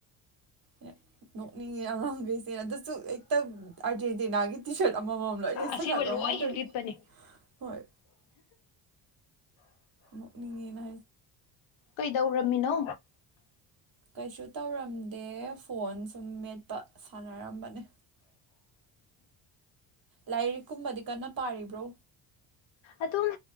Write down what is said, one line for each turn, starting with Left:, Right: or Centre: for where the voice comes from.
Right: ꯑꯦ ꯅꯣꯛꯅꯤꯡꯉꯦ ꯑꯉꯥꯡꯈꯩꯁꯦ ꯑꯗꯨꯁꯨ ꯍꯦꯛꯇ ꯑꯔꯖꯦꯟꯇꯤꯅꯥꯒꯤ ꯇꯤ ꯁꯥꯔꯠ ꯑꯃꯃꯝ ꯂꯣꯏ ꯂꯤꯁꯤꯜꯂꯒ
Left: ꯑꯁꯦꯡꯕ ꯂꯣꯏ
Right: ꯃꯣꯏ ꯇꯧꯋꯤꯖꯦ
Left: ꯍꯦꯛꯂꯤꯠꯄꯅꯦ
Right: ꯍꯣꯏ ꯅꯣꯛꯅꯤꯡꯉꯦꯅ
Left: ꯀꯩꯗꯧꯔꯝꯃꯤꯅꯣ
Right: ꯀꯩꯁꯨ ꯇꯧꯔꯝꯗꯦ ꯐꯣꯟ ꯁꯨꯝ ꯃꯦꯠꯄ ꯁꯥꯟꯅꯔꯝꯕꯅꯦ ꯂꯥꯏꯔꯤꯛ ꯀꯨꯝꯕꯗꯤ ꯀꯟꯅ ꯄꯥꯔꯤꯕ꯭ꯔꯣ
Left: ꯑꯗꯨꯝ